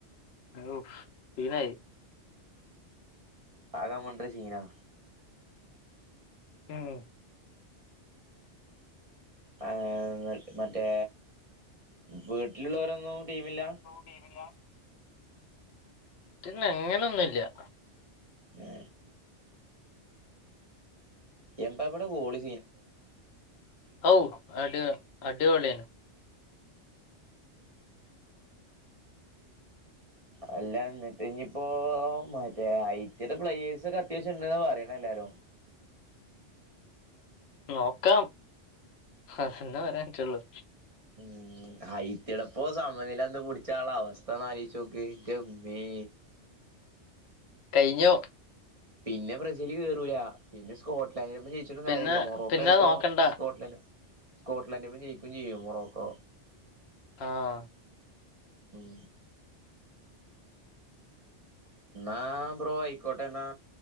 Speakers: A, on the left; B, on the right.
A: ഔ സീനായി.
B: ആ കമഡ്രി സീനാ.
A: ഉം
B: ആഹ് മ മറ്റേ വീട്ടിലുള്ളോരൊന്നും ടീമില്ലാ?
A: ടീമില്ലാ. പിന്നെ അങ്ങനൊന്നുല്ല്യാ.
B: ആ എമ്പാപ്പടെ ഗോളി
A: ഔ അടി അടിപൊളിയാണ്
B: അല്ല ന്ന്ട്ട് ഞ്ഞിപ്പോ മറ്റേ ഐ ടിെ പ്ലേയേഴ്സ് ഒക്കെ അത്യാവശ്യം ണ്ട്ന്ന പറയ്ണല്ലാരും
A: നോക്കാം അതന്നെ പറയാൻ പറ്റൊള്ളു
B: ഉം ഹൈ ചിലപ്പോ സമനിലന്ന് പുടിചാള്ള അവസ്ഥന്നാലോയിച്ചോക് ന്റെമ്മേ
A: കയ്ഞ്ഞു
B: പിന്നെ ബ്രസീൽ കേറൂല്ല പിന്നെ സ്കോട്ലാൻഡ് ജയിച്
A: പിന്നെ
B: കാര്യല്ലാ മൊറോക്കോ
A: പിന്നെ
B: ചെലപ്പം
A: നോക്കണ്ട
B: സ്കോട്ട്ലൻ സ്കോ്ലൻഡ ജയിക്കും ചെയ്യും മൊറോക്കോ
A: ആഹ്
B: ഉം ന്നാ ബ്രോ ആയിക്കോട്ടെ ന്നാ